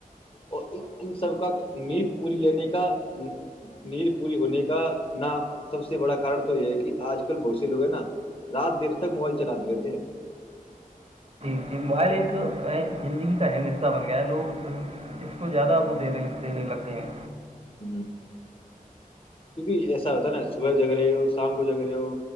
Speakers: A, on the left; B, on the right.
A: اور ان سب کا نید پوری لینے کا نید پوری ہونے کا نہ سب سے بڑا کارن تو یہ ہے کہ آج کل بہت سے لوگ ہیں نا رات دیر تک موبائل چلاتے رہتے ہیں
B: جی موبائل ایک زندگی کا اہم حصہ بن گیا ہے لوگ اس کو زیادہ وہ دینے لگے ہیں
A: ہ کیونکہ ایسا ہوتا ہے نا صبح جگ رہے ہو شام کو جگ رہے ہو